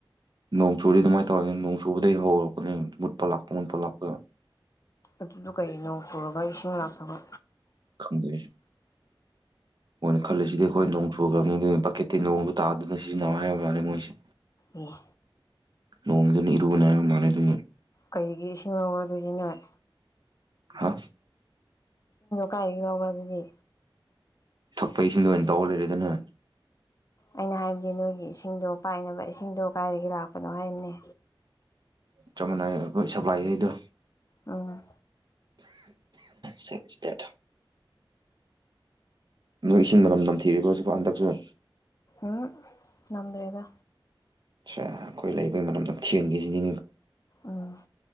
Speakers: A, on the right; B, on the left.
A: ꯅꯣꯡ ꯆꯨꯗꯤ ꯑꯗꯨꯃꯥꯏꯅ ꯇꯧꯋꯅꯤ ꯅꯣꯡ ꯆꯨꯕꯗꯒꯤ ꯍꯧꯔꯛꯄꯅꯤ ꯃꯨꯠꯄ ꯂꯥꯛꯄ ꯃꯨꯠꯄ ꯂꯥꯛꯄ
B: ꯑꯗꯨꯗꯨꯒꯩ ꯅꯧ ꯆꯨꯔꯒ ꯏꯁꯤꯡ ꯂꯥꯛꯇꯕ
A: ꯈꯪꯗ ꯃꯣꯏꯅ ꯈꯜꯂꯤꯁꯤꯗꯤ ꯑꯩꯈꯣꯏ ꯅꯣꯡ ꯆꯨꯈ꯭ꯔꯕꯅꯤ ꯑꯗꯨꯅ ꯕꯛꯀꯦꯠꯇꯇꯩ ꯅꯣꯡꯁꯨ ꯇꯥꯗꯅ ꯁꯤꯖꯤꯟꯅꯕ ꯍꯥꯏꯕ ꯃꯥꯅꯤ ꯃꯣꯏꯁꯦ
B: ꯑꯣ
A: ꯂꯣꯡꯉꯗꯅꯤꯔꯨꯕꯅ ꯃꯥꯅꯦ ꯑꯗꯨ
B: ꯀꯔꯤꯒꯤ ꯏꯁꯤꯡ ꯂꯧꯔꯗꯣꯏꯁꯤ ꯅꯣꯏ
A: ꯍꯥ
B: ꯀꯥꯏ ꯌꯥꯎꯔ ꯑꯗꯨꯗꯤ
A: ꯊꯛꯄ ꯏꯁꯤꯡꯗꯣ ꯑꯣꯏꯅ ꯇꯧꯔ ꯂꯩꯔꯦꯗꯅ
B: ꯑꯩꯅ ꯍꯥꯏꯕꯗꯤ ꯅꯣꯏꯒꯤ ꯏꯁꯤꯡꯗꯣ ꯄꯥꯏꯅꯕ ꯏꯁꯤꯡꯗꯣ ꯀꯥꯏꯗꯒꯤ ꯂꯥꯛꯄꯅꯣ ꯍꯥꯏꯕꯅꯦ
A: ꯆꯞ ꯃꯥꯟꯅꯩ ꯑꯩꯈꯣꯏ ꯁꯄ꯭ꯂꯥꯏ ꯑꯩꯗꯣ
B: ꯎꯝ
A: ꯁ ꯊ ꯃꯣꯏ ꯏꯁꯤꯡ ꯃꯔꯝ ꯅꯝꯊꯤꯕꯤꯔꯤꯕ ꯍꯧꯖꯤꯛꯀꯣ ꯍꯟꯗꯛꯁꯨ
B: ꯎꯝ ꯅꯗ꯭ꯔꯗ
A: ꯑ ꯑꯩꯈꯣꯏ ꯂꯩꯕꯩ ꯃꯅꯝ ꯅꯝ ꯊꯦꯟꯒꯤꯁꯤꯅꯤ
B: ꯎꯝ